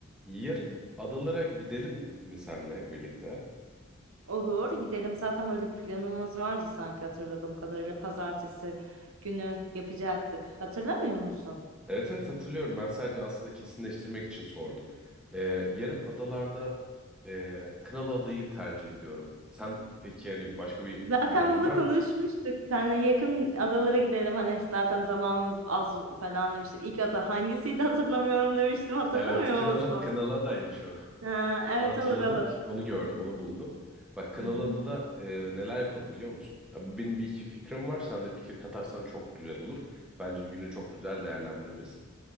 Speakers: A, in the centre; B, on the right.
A: Yarın adalara gidelim mi senle birlikte?
B: Olur, gidelim. Zaten böyle bir planımız vardı sanki hatırladığım kadarıyla. Pazartesi günü yapacaktık. Hatırlamıyor musun?
A: Evet evet hatırlıyorum. Ben sadece aslında kesinleştirmek için sordum. Ee, yarın adalarda e, Kınalı adayı tercih ediyorum. Sen peki yani başka bir
B: Zaten
A: tercihin
B: bunu
A: var
B: konuşmuştuk.
A: mı?
B: Seninle yakın adalara gidelim. Hani zaten zamanımız az falan demiştim. İlk ada hangisiydi hatırlamıyorum demiştim. Hatırlamıyor
A: Evet, Kınalı,
B: musun?
A: Kınalı adaymış o.
B: Ha,
A: <laughs>
B: evet
A: Onu hatırladım.
B: olur olur.
A: Onu gördüm, onu buldum. Bak Kınalı
B: Hı hı.
A: adada e, neler yapalım biliyor musun? Abi, Benim bir iki fikrim var. Sen de fikir katarsan çok güzel olur. Bence günü çok güzel değerlendiririz.